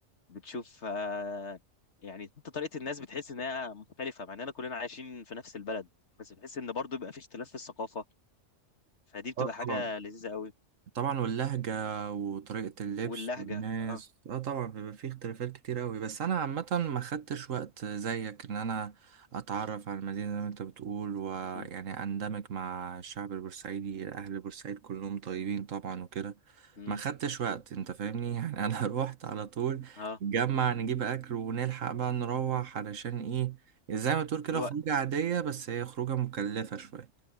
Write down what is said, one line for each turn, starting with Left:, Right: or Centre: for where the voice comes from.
Left: بتشوف آه، يعني انت طريقه الناس بتحس انها مختلفه مع اننا كلنا عايشين في نفس البلد بس بتحس ان برضو بيبقى في اختلاف في الثقافه فدي بتبقى
Right: اه
Left: حاجه
Right: طبعا
Left: لذيذه قوي
Right: طبعا واللهجة وطريقة اللبس
Left: واللهجه
Right: والناس
Left: اه
Right: اه طبعا بيبقى فيه اختلافات كتير اوي بس انا عامة ما خدتش وقت زيك ان انا اتعرف على المدينة زي ما انت بتقول ويعني
Left: امم
Right: اندمج مع الشعب البورسعيدي اهل بورسعيد كلهم طيبين طبعا وكده
Left: امم
Right: ما خدتش وقت انت فاهمني <laughs> يعني انا روحت على طول
Left: اه
Right: نجمع نجيب اكل ونلحق بقى نروح علشان ايه زي ما تقول كده
Left: الوقت
Right: خروجة عادية بس هي خروجة مكلفة شوية